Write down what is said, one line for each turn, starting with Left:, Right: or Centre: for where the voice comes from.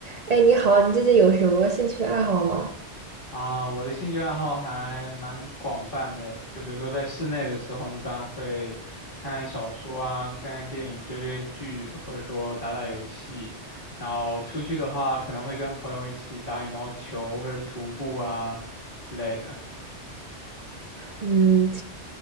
Right: 哎，你好，你最近有什么兴趣爱好吗？
Left: 啊，我的兴趣爱好还蛮广泛的，就比如说在室内的时候，一般会看看小说啊，看看电影，追追剧，或者说打打游戏。然后出去的话，可能会跟朋友一起打羽毛球或者徒步啊之类的。
Right: 嗯，